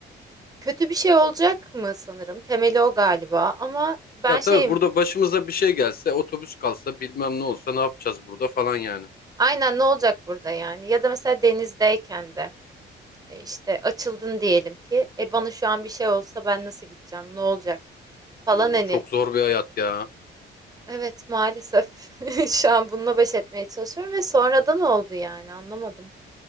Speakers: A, on the right; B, on the left.
A: Kötü bir şey olacak mı sanırım. Temeli o galiba ama ben
B: Ya
A: şeyim.
B: tabii burada başımıza bir şey gelse, otobüs kalsa, bilmem ne olsa ne yapacağız burada falan yani.
A: Aynen ne olacak burada yani? Ya da mesela denizdeyken de e, işte açıldın diyelim ki e bana şu an bir şey olsa ben nasıl gideceğim? Ne olacak? Falan
B: Hmm,
A: hani.
B: çok zor bir hayat ya.
A: Evet maalesef <laughs> şu an bununla baş etmeye çalışıyorum ve sonradan oldu yani anlamadım.